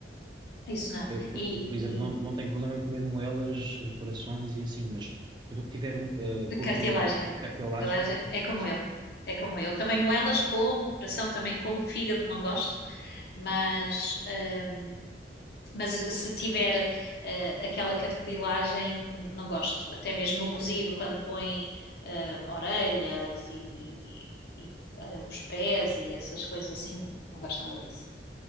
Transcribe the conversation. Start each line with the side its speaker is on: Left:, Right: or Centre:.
Left: Isso não.
Right: Eu, por,
Left: E,
Right: por exemplo,
Left: e
Right: não, não tenho problema em comer moelas, corações e assim, mas tudo o que tiver um, eh,
Left: de
Right: gordura
Left: cartilagem.
Right: e cartilagem,
Left: Cartilagem
Right: não
Left: é como
Right: consigo.
Left: eu. É como eu. Também moelas como, coração também como, fígado não gosto, mas. ehm, Mas se tiver eh, aquela cartilagem, não gosto. Até mesmo no cozido, quando põe eh, orelhas e, e, eh, os pés e essas coisas assim, não gosto nada disso.